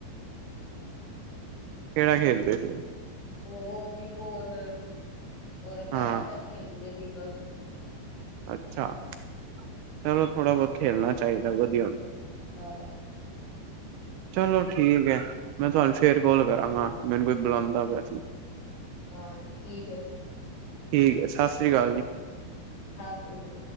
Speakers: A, on the right (about 80°); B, on the left (about 55°).
A: ਕੇਹੜਾ ਖੇਲਦੇ ਪਏ ਓ
B: ਉਹ ਵਾਲੀਬਲ ਔਰ ਕੈਚ
A: ਹਾਂ
B: -ਕੈਚ ਖੇਲਦੇ ਸੀ ਬਸ
A: ਅੱਛਾ, ਚਲੋ ਥੋੜਾ ਬਹੁਤ ਖੇਲਣਾ ਚਾਹੀਦਾ, ਵਧੀਆ
B: ਉਹ
A: ਚਲੋ ਠੀਕ ਹੈ ਮੈਂ ਤੁਹਾਨੂੰ ਫੇਰ ਕੋਲ ਕਰਾਂਗਾ ਮੈਨੂੰ ਕੋਈ ਬੁਲਾਉਂਦਾ ਪਿਆ ਸੀ।
B: ਹਾਂ ਠੀਕ ਐ।
A: ਠੀਕ ਹੈ, ਸਤਿ ਸ੍ਰੀ ਅਕਾਲ ਜੀ
B: ਸਤਿ ਸ੍ਰੀ ਅਕਾਲ